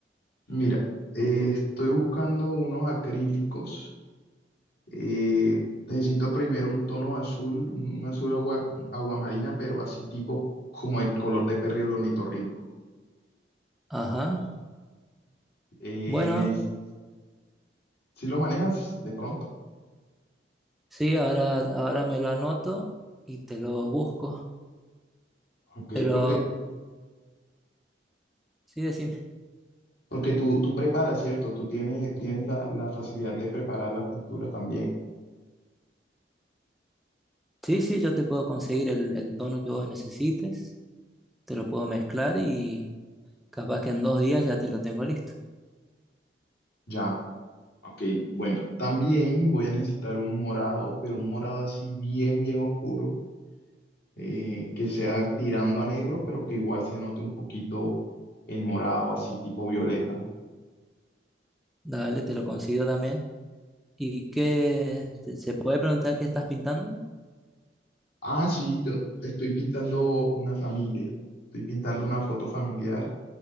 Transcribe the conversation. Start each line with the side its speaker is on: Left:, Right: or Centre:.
Left: mira, eh, estoy buscando unos acrílicos Eh, necesito primero un tono azul, un un azul agua, aguamarina, pero así tipo como el color de perro y el ornitorrinco.
Centre: Ajá.
Left: Eh,
Centre: Bueno,
Left: neces- si lo manejas de pronto,
Centre: sí, ahora, ahora me lo anoto y te lo busco.
Left: ok,
Centre: Pero,
Left: porque,
Centre: sí, decime.
Left: porque tú, tú preparas, ¿cierto? Tú tienes, tienes la, la facilidad de preparar las pinturas también,
Centre: Sí, sí, yo te puedo conseguir el, el tono que vos necesites, te lo puedo mezclar y capaz que en dos días ya te lo tengo listo.
Left: ya. Ok, bueno, también voy a necesitar un morado, pero un morado así bien, bien oscuro, eh, que sea tirando a negro, pero que igual se note un poquito el morado, así tipo violeta.
Centre: Dale, te lo consigo también. ¿Y qué? te- ¿Se puede preguntar qué estás pintando?
Left: Ah, sí, te- estoy pintando una familia. Estoy pintando una foto familiar.